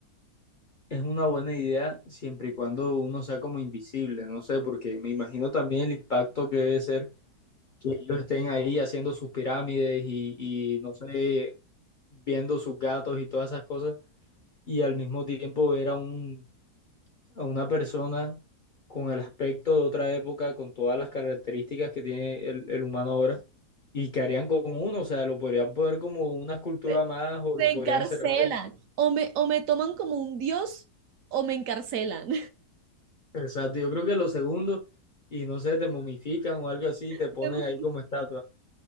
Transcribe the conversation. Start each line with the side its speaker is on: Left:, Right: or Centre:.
Left: es una buena idea siempre y cuando uno sea como invisible, no sé, porque me imagino también el impacto que debe ser que ellos estén ahí haciendo sus pirámides y, y no sé, viendo sus gatos y todas esas cosas, y al mismo tiempo ver a un, a una persona con el aspecto de otra época, con todas las características que tiene el, el humano ahora, y que harían con uno, o sea, lo podrían poner como una escultura
Right: Me
Left: más o
Right: me
Left: lo
Right: encarcelan.
Left: podrían encerrar
Right: O me, o me toman como un dios o me encarcelan.
Left: Exacto, yo creo que lo segundo, y no sé, te momifican o algo así,
Right: <laughs>
Left: te ponen ahí como estatua.